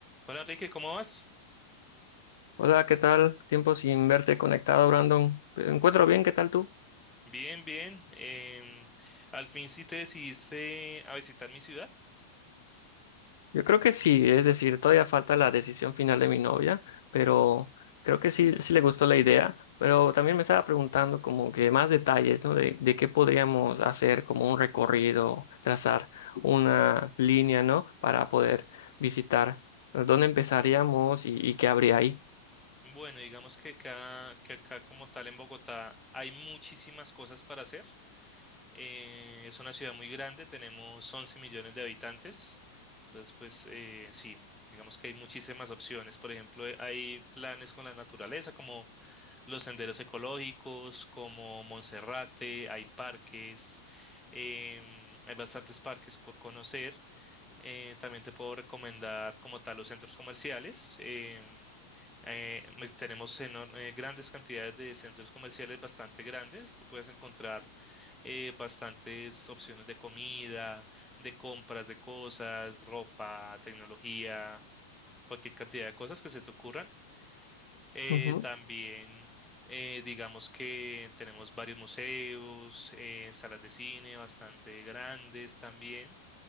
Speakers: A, in the centre; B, on the left.
A: Hola Enrique, ¿cómo vas?
B: Hola, ¿qué tal? Tiempo sin verte conectado, Brandon. Me encuentro bien, ¿qué tal tú?
A: Bien, bien. em, al fin sí te decidiste a visitar mi ciudad.
B: Yo creo que sí, es decir, todavía falta la decisión final de mi novia, pero creo que sí, sí le gustó la idea, pero también me estaba preguntando como que más detalles, ¿no? De, de qué podríamos hacer como un recorrido, trazar una línea, ¿no? Para poder visitar dónde empezaríamos y, y qué habría ahí.
A: Bueno, digamos que acá, que acá como tal en Bogotá hay muchísimas cosas para hacer. Eh, es una ciudad muy grande, tenemos 11 millones de habitantes. Entonces, pues eh, sí, digamos que hay muchísimas opciones. Por ejemplo, eh, hay planes con la naturaleza como los senderos ecológicos, como Monserrate, hay parques, em, hay bastantes parques por conocer. Eh, también te puedo recomendar como tal los centros comerciales. em, eh, me- tenemos enor- eh, grandes cantidades de centros comerciales bastante grandes. Tú puedes encontrar eh, bastantes opciones de comida, de compras de cosas, ropa, tecnología, cualquier cantidad de cosas que se te ocurran. Eh,
B: Ujú.
A: también, eh, digamos que tenemos varios museos, eh, salas de cine bastante grandes también.